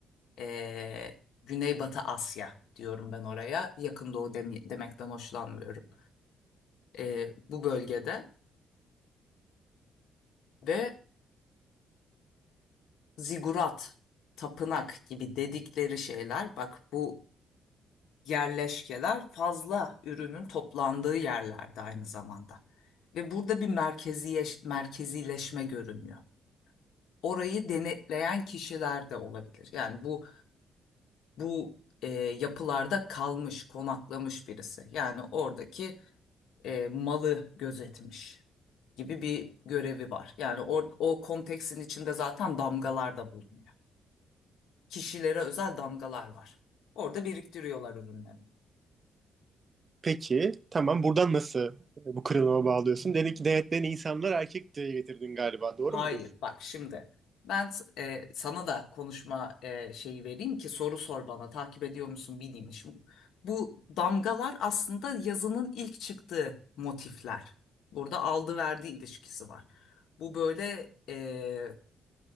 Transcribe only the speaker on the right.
Peki tamam buradan nasıl e, bu kırılıma bağlıyorsun? Dedin ki denetleyen insanlar erkek diye getirdin galiba doğru
mudur?